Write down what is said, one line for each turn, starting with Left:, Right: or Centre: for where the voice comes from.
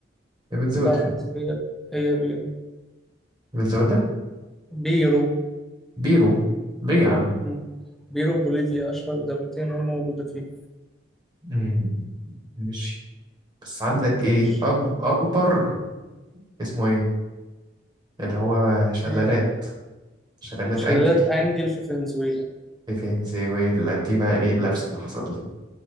Right: يا فنزويلا
Centre: لا خلاص هي هي بيرو
Right: فنزويلا
Centre: بيرو
Right: بيرو ليه يا عم
Centre: مم. بيرو بوليفيا أشهر دولتين هم موجودة فيه
Right: مم. ماشي بس عندك
Centre: ماشي.
Right: إيه أكب- أكبر اسمه إيه اللي هو شلالات
Centre: إيه.
Right: شلالات
Centre: شلالات
Right: أنجل
Centre: أنجل في فنزويلا
Right: في فنزويلا دي بقى إيه اللبس اللي حصل لي